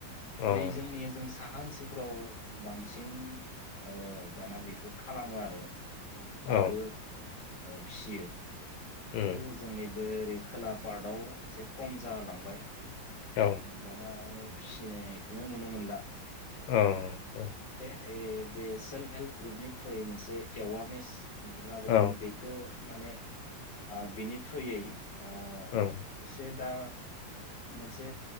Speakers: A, on the left; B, on the left.
A: औ
B: ओरै जोंनिया
A: अ
B: जों साहा मानसिफ्राव बांसिन ओ दाना बेखौ खालामो आरो।
A: औ
B: दाबो। फिसियो।
A: उम
B: खिन्थु जोंनि बे ओरै खोला पार्टआव एसे खम जालांबाय।
A: औ
B: दाना माने फिसिनायखोनो नुनो मोनला।
A: अ ओम।
B: ऐ बे सेल्फ हेल्प ग्रुपनि थ्रयै मोनसे एवारनेस। उम लाबोदोंमोन
A: औ
B: बेखो। माने ओ बिनि थ्रुयै। ओ
A: उम उम
B: एसेब दा मोनसे